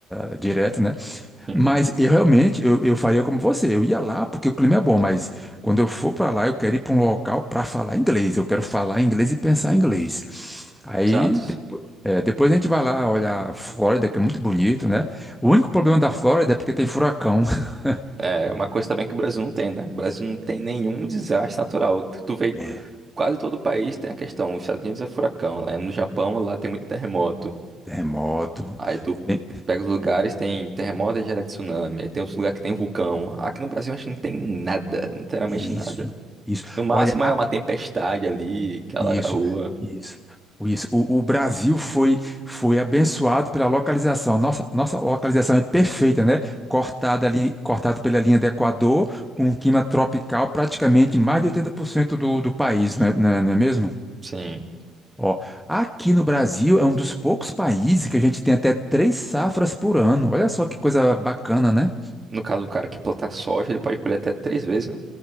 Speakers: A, in the centre; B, on the right.
A: ah, direto, né?
B: sim,
A: Mas eu realmente, eu, eu faria como você. Eu ia lá porque o clima é bom, mas quando eu for para lá, eu quero ir para um local para falar inglês. Eu quero falar inglês e pensar inglês. Aí
B: exato.
A: depois, é, depois a gente vai lá olhar a Flórida, que é muito bonito, né? O único problema da Flórida é porque tem furacão. <laughs>
B: É, uma coisa também que o Brasil não tem, né? O Brasil não tem nenhum desastre natural. Tu tu vê,
A: É,
B: quase todo o país tem a questão. Os Estados Unidos é furacão, lá no Japão, lá tem muito terremoto.
A: terremoto.
B: Aí tu
A: tem-
B: pega os lugares, tem terremoto e gera tsunami. Aí tem outros lugares que tem vulcão. Aqui no Brasil a gente não tem nada, literalmente
A: Isso,
B: nada.
A: isso.
B: No máximo
A: Olha,
B: é uma tempestade ali que alaga
A: Isso,
B: a rua.
A: isso, isso. O, o Brasil foi foi abençoado pela localização. A Nossa, nossa localização é perfeita, né? Cortada ali, cortado pela linha do Equador, com um clima tropical, praticamente mais de 80% do, do país, não é, não é- não é mesmo?
B: Sim.
A: Ó, aqui no Brasil é um dos poucos países que a gente tem até três safras por ano. Olha só que coisa bacana, né?
B: No caso, o cara que plantar soja, ele pode colher até três vezes, né?